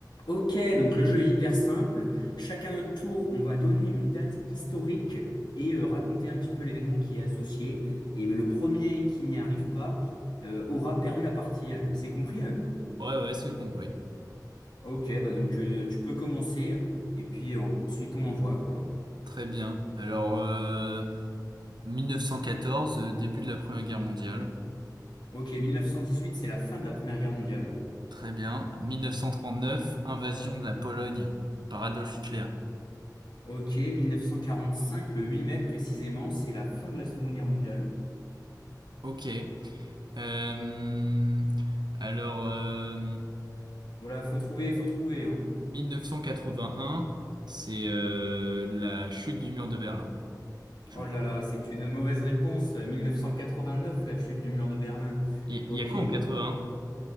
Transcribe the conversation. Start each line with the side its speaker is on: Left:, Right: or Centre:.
Left: Ok, donc le jeu est hyper simple. Chacun notre tour, on va donner une date historique et euh, raconter un petit peu l'événement qui est associé. Et ben, le premier qui n'y arrive pas euh, aura perdu la partie. C'est compris? hein
Right: Ouais, ouais, c'est compris.
Left: Ok, bah donc euh, tu peux commencer et puis euh, ensuite on envoie quoi.
Right: Très bien. Alors, euh, 1914, euh, début de la Première Guerre mondiale.
Left: Ok, 1918, c'est la fin de la Première Guerre mondiale.
Right: Très bien. 1939, invasion de la Pologne par Adolf Hitler.
Left: Ok, 1945, le 8 mai précisément, c'est la fin de la Seconde Guerre mondiale.
Right: Ok. Euh, alors, euh,
Left: Voilà, faut trouver, faut trouver, hein.
Right: 1981, c'est euh, la chute du mur de Berlin, je
Left: Oh
Right: crois.
Left: là là, c'est une mauvaise réponse. 1989, la chute du mur de Berlin.
Right: Il
Left: Ok.
Right: il y a quoi en 81?